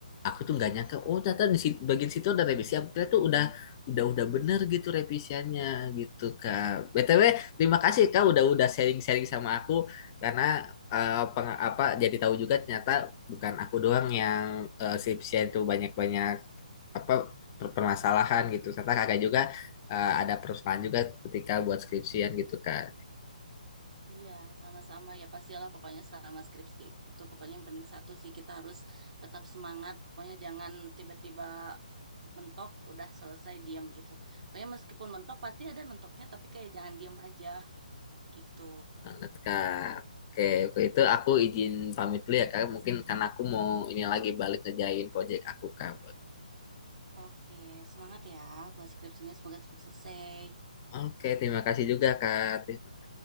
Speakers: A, on the left; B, on the right.
A: aku tuh nggak nyangka oh ternyata di situ- bagian situ ada revisi aku kira tuh udah udah udah bener gitu revisiannya gitu kak BTW terima kasih kak udah udah sharing-sharing sama aku karena eh, peng- apa jadi tahu juga ternyata bukan aku doang yang eh, skripsian tuh banyak-banyak apa per- permasalahan gitu ternyata kakak juga eh, ada permasalahan juga ketika buat skripsian gitu kak
B: Iya, sama-sama ya pastilah pokoknya sama skripsi itu pokoknya yang penting satu sih kita harus tetap semangat. Pokoknya jangan tiba-tiba mentok udah selesai diam gitu. Pokoknya meskipun mentok pasti ada mentoknya tapi kayak jangan diam aja gitu.
A: banget kak Oke, oke, itu aku izin pamit dulu ya kak. Mungkin karena aku mau ini lagi balik ngejain project aku kak.
B: Oke, semangat ya buat skripsinya semoga cepat selesai.
A: Oke, terima kasih juga Kak.